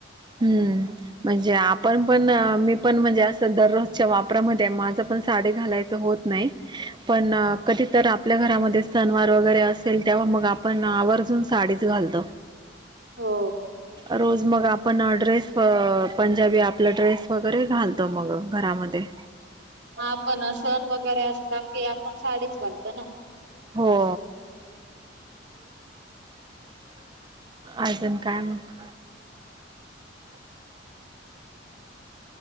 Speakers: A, on the right (about 25°); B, on the right (about 65°).
A: हम्म म्हणजे आपण पण पण मी पण म्हणजे असं दररोजच्या वापरामध्ये माझ पण साडी घालायचं होत नाही पण कधी तर आपल्या घरामध्ये सनवार वगैरे असेल तेव्हा मग आपण आवर्जून साडीच घालतो
B: हो
A: रोज मग आप आपण ड्रेस पंजाबी आपला ड्रेस वगैरे घालतो मग घरामध्ये
B: आपण सण वगैरे असला की आपण साडीच घालतो ना.
A: हो. अजून काय मग.
B: <inaudible>